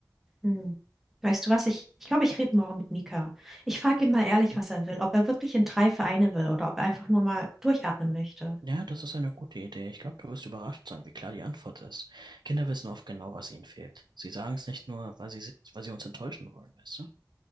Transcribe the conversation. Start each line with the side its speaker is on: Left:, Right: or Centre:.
Centre: Hm. Weißt du was? Ich, ich glaube, ich rede morgen mit Mika. Ich frage ihn mal ehrlich,
Right: Hm.
Centre: was er will, ob er wirklich in drei Vereine will oder ob er einfach nur mal durchatmen möchte.
Right: Ja, das ist eine gute Idee. Ich glaube, du wirst überrascht sein, wie klar die Antwort ist. Kinder wissen oft genau, was ihnen fehlt. Sie sagen es nicht nur, weil sie, si-, weil sie uns enttäuschen wollen, weißt du?